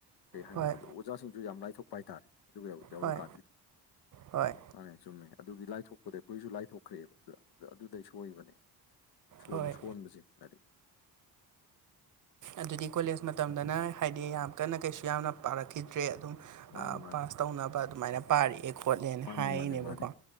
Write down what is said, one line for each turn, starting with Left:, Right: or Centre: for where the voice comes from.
Left: ꯀꯩ ꯍꯥꯏꯅꯤ
Right: ꯍꯣꯏ
Left: ꯑꯗꯨ ꯑꯣꯖꯥꯁꯤꯡꯁꯨ ꯌꯥꯝ ꯂꯥꯏꯊꯣꯛꯄ ꯍꯥꯏꯇꯥꯔꯦ ꯑꯗꯨꯒ ꯌꯧꯔ
Right: ꯍꯣꯏ
Left: ꯀꯥꯟꯗꯗꯤ
Right: ꯍꯣꯏ
Left: ꯃꯥꯅꯦ ꯆꯨꯝꯃꯦ ꯑꯗꯨꯒꯤ ꯂꯥꯏꯊꯣꯛꯄꯗꯩ ꯑꯩꯈꯣꯏꯁꯨ ꯂꯥꯏꯊꯣꯛꯈ꯭ꯔꯦꯕ ꯑꯗꯨ ꯑꯗꯨꯗꯩ ꯁꯣꯏꯕꯅꯦ ꯁꯣꯟ
Right: ꯍꯣꯏ
Left: ꯁꯣꯟꯕꯁꯦ ꯂꯥꯏꯔꯤꯛ
Right: ꯑꯗꯨꯗꯤ ꯀꯣꯂꯦꯖ ꯃꯇꯝꯗꯅ ꯍꯥꯏꯗꯤ ꯌꯥꯝ ꯀꯟꯅ ꯀꯩꯁꯨ ꯌꯥꯝꯅ ꯄꯥꯔꯛꯈꯤꯗ꯭ꯔꯦ ꯑꯗꯨꯝ
Left: ꯃꯥꯅꯤ
Right: ꯑꯥ
Left: ꯃꯥꯅꯤ
Right: ꯄꯥꯁ ꯇꯧꯅꯕ ꯑꯗꯨꯃꯥꯏꯅ ꯄꯥꯔꯛꯑꯦ ꯈꯣꯠꯂꯦꯅ
Left: ꯃꯥꯅꯤ
Right: ꯍꯥꯏꯔꯤꯅꯦꯕꯀꯣ
Left: ꯃꯥꯅꯤ ꯃꯥꯅꯤ